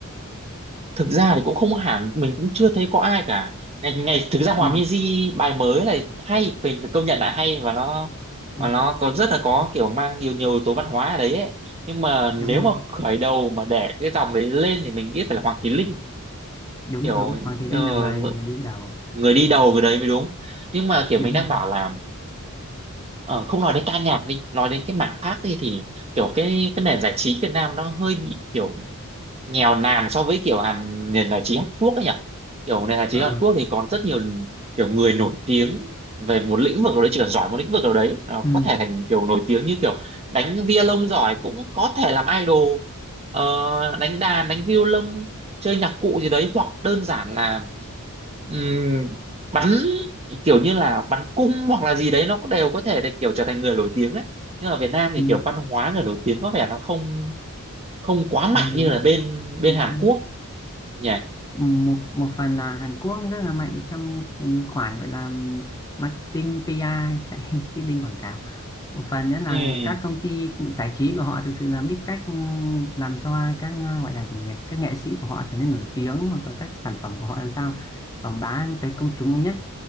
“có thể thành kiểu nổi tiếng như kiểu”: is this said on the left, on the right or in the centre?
Right